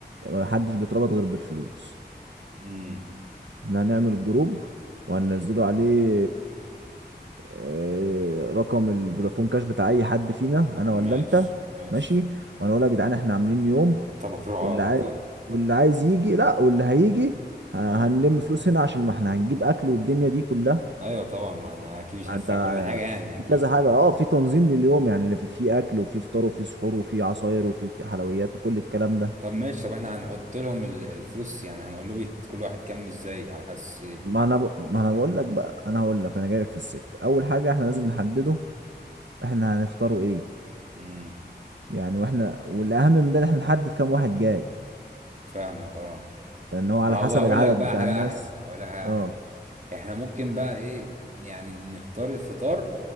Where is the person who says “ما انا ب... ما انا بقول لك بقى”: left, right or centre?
Right